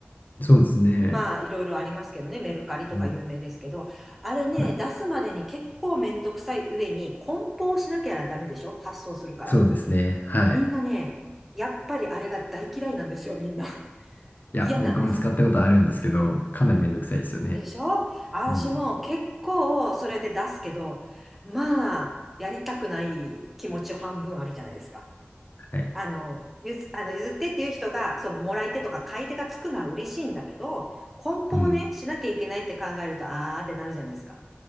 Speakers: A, on the left; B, in the centre.
A: そうですね。
B: まあ、いろいろありますけどね、メルカリとか有名ですけど、
A: うん。
B: あれね、
A: はい。
B: 出すまでに結構めんどくさい上に、梱包しなきゃダメでしょ発送するから。
A: そうですね。はい。
B: みんなね、やっぱりあれが大嫌いなんですよ、みんな。<laughs>
A: いや、
B: 嫌なんです。
A: 僕も使ったことあるんですけど、
B: うん
A: かなりめんどくさいですよね。
B: でしょ私も結構それで出すけど、
A: うん。
B: まあ、やりたくない気持ち半分あるじゃないですか。
A: はい。
B: あの、ゆず、あの、譲ってっていう人が、その、もらい手とか買い手がつくのは嬉しいんだけど、梱包ね、
A: うん。
B: しなきゃいけないって考えると、あーってなるじゃないですか。